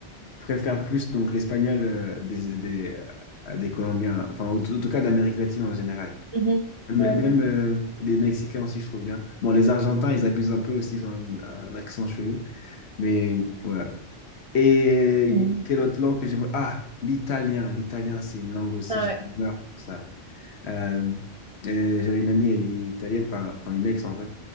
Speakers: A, on the left; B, on the right.
A: Je préfère plus donc l'espagnol euh, des, des, euh, des Colombiens, enfin, en tout, en tout cas d'Amérique latine en général.
B: mhm.
A: M-
B: Ouais,
A: Même
B: ouais.
A: euh, les Mexicains aussi, je trouve bien. Bon, les Argentins, ils abusent un peu aussi, ils ont un, un accent chelou, mais voilà. Et
B: Mhm.
A: quelle autre langue que j'aimerais? Ah, l'italien. L'italien, c'est une langue aussi,
B: Ouais.
A: je meurs pour ça. Euh, et j'avais une amie, elle est italienne, enfin enfin une ex en vrai.